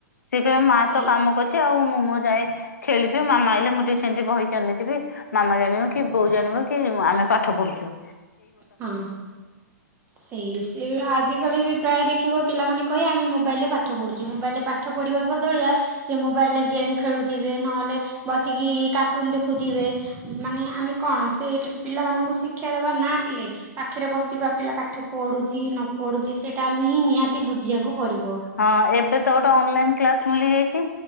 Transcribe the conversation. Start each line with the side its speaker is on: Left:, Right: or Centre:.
Left: ସେ କହିବ ମା
Right: ସେଇ
Left: ତ କାମ କରୁଛି ଆଉ ମୁଁ ଯାଏ ଖେଳିବି ମାମା ଆଇଲେ ମୁଁ ଟିକେ ସେମିତି ବହିକି ଅନେଇଥିବି ମାମା ଜାଣିବ କି ବୋଉ ଜାଣିବ କି ଆମେ ପାଠ ପଢୁଛୁ ।
Right: ହଁ ସେଇ ସେ ଆଜିକାଲି ବି ପ୍ରାୟ ଦେଖିବ ପିଲାମାନେ କହି ଆମେ ମୋବାଇଲରେ ପାଠ ପଢ଼ୁଛୁ ମୋବାଇଲରେ ପାଠ ପଢ଼ିବା ବଦଳିଆ ସେ ମୋବାଇଲ୍ରରେ ଗେମ ଗେମ୍ ଖେଳୁଥିବେ ନହେଲେ ବସିକି କାର୍ଟୁନ ଦେଖୁଥିବେ ମାନେ ଆମେ କଣ ସେ ପିଲାମାନଙ୍କୁ ଶିକ୍ଷା ଦେବା ନା ପିଲେ ପାଖରେ ବସିବା ପିଲା ପାଠ ପଢ଼ୁଛି ନ ପଢ଼ୁଛି ସେଇଟା ଆମେ ହିଁ ନିହାତି ବୁଝିବାକୁ ପଡ଼ିବ।
Left: ହଁ ଏବେ ତ ଗୋଟେ ଅନଲାଇନ କ୍ଲାସ ମିଳିଯାଇଛି